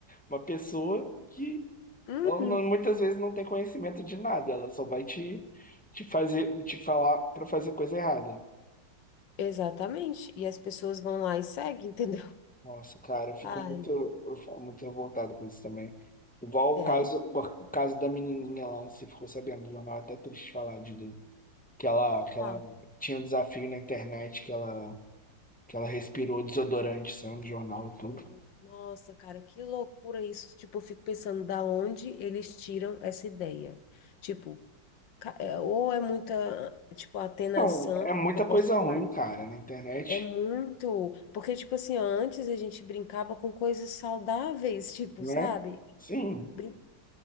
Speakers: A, in the centre; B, on the left (about 80°).
A: uma pessoa que
B: uhum,
A: ela não- muitas vezes não tem conhecimento de nada. Ela só vai te, te fazer, te falar pra fazer coisa errada.
B: exatamente. E as pessoas vão lá e seguem, <laughs> entendeu?
A: Nossa, cara, eu fico
B: Ai,
A: muito, eu fico muito revoltado com isso também. Igual
B: é.
A: o caso, o caso da menininha lá, você ficou sabendo no jornal, é até triste falar de que ela, que
B: Ah.
A: ela tinha um desafio na internet, que ela, que ela respirou desodorante, saiu no jornal e tudo.
B: Durante- Nossa, cara, que loucura isso. Tipo, eu fico pensando da onde eles tiram essa ideia. Tipo, ca- é, ou é muita, tipo, atenação,
A: Então, é muita
B: eu posso
A: coisa
B: falar.
A: ruim, cara, na internet,
B: É muito, porque, tipo assim, ó, antes a gente brincava com coisas saudáveis, tipo,
A: né?
B: sabe?
A: Sim,
B: Brin-